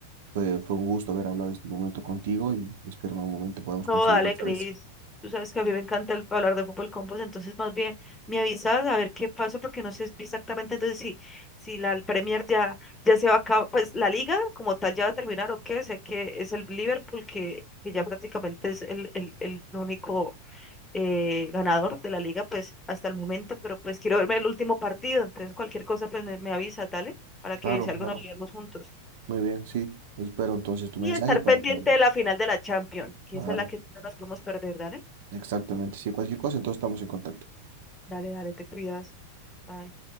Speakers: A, on the right; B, on the left.
A: Fue, fue un gusto haber hablado este momento contigo y espero en algún momento podamos
B: No,
A: coincidir
B: dale,
A: otra
B: Cris.
A: vez.
B: Tú sabes que a mí me encanta el- hablar de fútbol con vos, entonces más bien me avisas a ver qué pasó, porque no sé exactamente entonces si, si la Premier ya, ya se va a acabar, pues la liga como tal ya va a terminar o qué, sé que es el Liverpool que, que ya prácticamente es el, el, el único eh, ganador de la liga, pues hasta el momento, pero pues quiero verme el último partido, entonces cualquier cosa pues me, me avisa, dale, para que
A: Claro,
B: si algo
A: claro.
B: nos lo vemos juntos.
A: Muy bien, sí. Espero entonces tu
B: Y
A: mensaje
B: estar
A: para
B: pendiente
A: poder ver.
B: de la final de la Champions, que
A: Claro,
B: esa es la que no nos podemos perder, dale.
A: exactamente. Si cualquier cosa, entonces estamos en contacto.
B: Dale, dale, te cuidas. Bye.